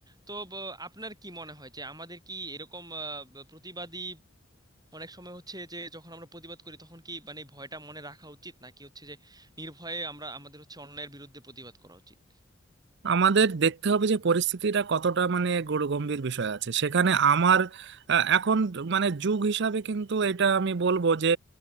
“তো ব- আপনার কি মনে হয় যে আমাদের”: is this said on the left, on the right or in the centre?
Right